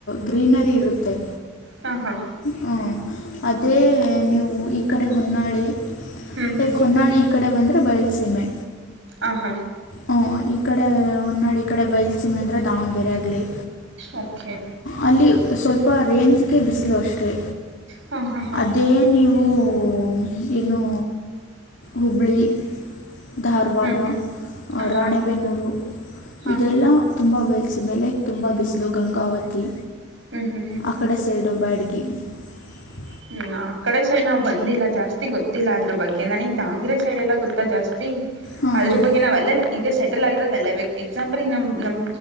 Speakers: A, on the left; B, on the right.
A: ಗ್ರೀನರಿ ಇರುತ್ತೆ.
B: ಹಾಂ ಹಾಂ
A: ಹಾ ಅದೇ ನೀವು ಈ ಕಡೆ ಹೊನ್ನಾಳಿ
B: ಹ್ಞೂ ಹ್ಞೂ
A: ಲೈಕ್ ಹೊನ್ನಾಳಿ ಈ ಕಡೆ ಬಂದ್ರೆ ಬಯಲ್ಸೀಮೆ.
B: ಹಾ ಹಾ.
A: ಹೂಂ ಈ ಕಡೆ ಹೊನ್ನಾಳಿ ಕಡೆ ಬೈಲ್ಸೀಮೆ ಅಂದರೆ ದಾವಣಗೆರೆ ಆಗಲಿ.
B: ಓಕೆ.
A: ಅಲ್ಲಿ ಸ್ವಲ್ಪ ರೇಂಜಿಗೆ ಬಿಸಿಲು ಅಷ್ಟೇ
B: ಹಾಂ ಹಾಂ
A: ಅದೆ
B: ಹಾಂ ಹಾಂ
A: ನೀವು. ಹೂಂ ಇನ್ನು ಹುಬ್ಳಿ ಧಾರವಾಡ
B: ಹ್ಞೂ ಹ್ಞೂ ಹಾಂ
A: ರಾಣೆಬೆನ್ನೂರು
B: ಹಾಂ ಹಾಂ
A: ಇದೆಲ್ಲ ತುಂಬಾ ಬಯಲ್ಸಿಮೆ ಲೈಕ್ ತುಂಬಾ ಬಿಸಿಲು ಗಂಗಾವತಿ
B: ಹ್ಞೂ ಹ್ಞೂ ಹ್ಞೂ ಹ್ಞೂ
A: ಆ ಕಡೆ ಸೈಡ್ ಬ್ಯಾಡ್ಗೆ. ಈ
B: ಹ್ಮ್ ಆ ಕಡೆ ಸೈಡ್ ನಾವ್ ಬಂದಿಲ್ಲ ಜಾಸ್ತಿ ಗೊತ್ತಿಲ್ಲ ಅದ್ರ್ ಬಗ್ಗೆ ನನಗ್ ದಾವಣಗೆರೆ ಸೈಡ್ ಎಲ್ಲ ಗೊತ್ತಾ ಜಾಸ್ತಿ.
A: ಹಾಂ
B: ಅದ್ರ್
A: ಹಾಂ
B: ಬಗ್ಗೆ ನಾವ್ ಅಲ್ಲಲ್ಲೇ ಈಗ ಸೆಟಲ್ ಆಗಿರೋದಲ್ಲೇ ಎಕ್ಸಾಂಪಲ್ ಈಗ್ ನಮ್ ನಮ್ಮ